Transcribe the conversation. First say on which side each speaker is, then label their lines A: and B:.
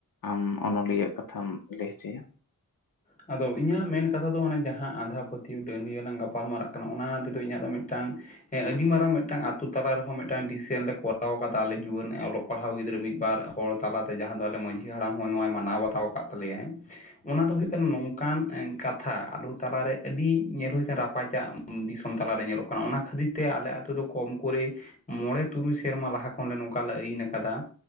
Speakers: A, on the left (about 70°); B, on the left (about 20°).
A: ᱟᱢ ᱚᱱᱚᱞᱤᱭᱟᱹ ᱠᱟᱛᱷᱟᱢ ᱞᱟᱹᱭ ᱦᱚᱪᱚᱭᱟ᱾
B: ᱟᱫᱚ ᱤᱧᱟᱹᱜ ᱢᱮᱱ ᱠᱟᱛᱷᱟ ᱫᱚᱟᱱᱮ ᱡᱟᱦᱟᱸ ᱟᱸᱫᱷᱟ ᱯᱟᱹᱛᱭᱟᱹᱣ ᱰᱟᱹᱞᱭᱟᱹ ᱞᱟᱝ ᱜᱟᱯᱟᱞ ᱢᱟᱨᱟᱜ ᱠᱟᱱᱟ ᱚᱱᱟ ᱛᱮᱫᱚ ᱤᱧᱟᱹᱜ ᱫᱚ ᱢᱤᱫᱴᱟᱝ ᱦᱮ ᱟᱹᱰᱤ ᱢᱟᱨᱟᱝ ᱢᱤᱫᱴᱟᱝ ᱟᱛᱳ ᱛᱟᱞᱟ ᱨᱮᱦᱚᱸ ᱢᱤᱫᱴᱟᱝ ᱰᱤᱥᱮᱱ ᱞᱮ ᱠᱚᱨᱟᱣ ᱠᱟᱫᱟ, ᱟᱞᱮ ᱡᱩᱣᱟᱹᱱ ᱚᱞᱚᱜ ᱯᱟᱲᱦᱟᱣ ᱜᱤᱫᱽᱨᱟᱹ ᱢᱤᱫ ᱵᱟᱨ ᱦᱚᱲ ᱛᱟᱞᱟᱛᱮ ᱡᱟᱦᱟᱸ ᱫᱚ ᱟᱞᱮ ᱢᱟᱺᱡᱷᱤ ᱦᱟᱲᱟᱢ ᱦᱚᱸ ᱱᱚᱣᱟᱭ ᱢᱟᱱᱟᱣ ᱵᱟᱛᱟᱣ ᱟᱠᱟᱫ ᱛᱟᱞᱮᱭᱟᱭ᱾
A: <inaudible>
B: ᱚᱱᱟ ᱫᱚ ᱦᱩᱭᱩᱜ ᱠᱟᱱᱟ ᱱᱚᱝᱠᱟᱱ ᱠᱟᱛᱷᱟ ᱟᱞᱚ ᱛᱟᱞᱟᱨᱮ ᱟᱹᱰᱤ ᱧᱮᱞ ᱦᱩᱭ ᱟᱠᱟᱱᱟ ᱨᱟᱯᱟᱪᱟᱜ ᱫᱤᱥᱚᱢ᱾ ᱛᱟᱞᱟᱨᱮ ᱧᱮᱞᱚᱜ ᱠᱟᱱᱟ, ᱚᱱᱟ ᱠᱷᱟᱹᱛᱤᱨ ᱛᱮ ᱟᱞᱮ ᱟᱛᱳ ᱫᱚ ᱠᱚᱢ ᱠᱚᱨᱮ ᱢᱚᱬᱮ ᱛᱩᱨᱩᱭ ᱥᱮᱨᱢᱟ ᱞᱟᱦᱟ ᱠᱷᱚᱱᱞᱮ ᱱᱚᱝᱠᱟ ᱞᱮ ᱟᱹᱭᱤᱱ ᱟᱠᱟᱫᱟ᱾